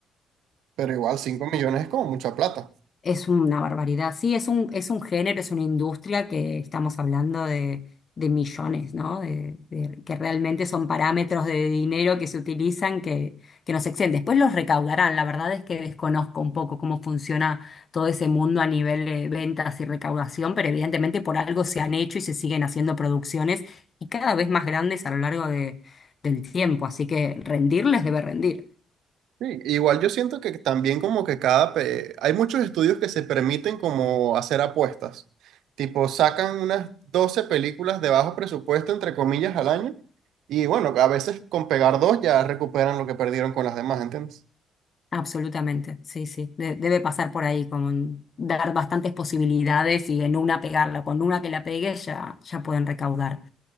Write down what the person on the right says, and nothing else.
pero igual 5 millones es como mucha plata.
Sí, igual yo siento que también como que cada... pe- Hay muchos estudios que se permiten como hacer apuestas. Tipo, sacan unas 12 películas de bajo presupuesto, entre comillas, al año. Y bueno, a veces con pegar dos ya recuperan lo que perdieron con las demás, ¿entiendes?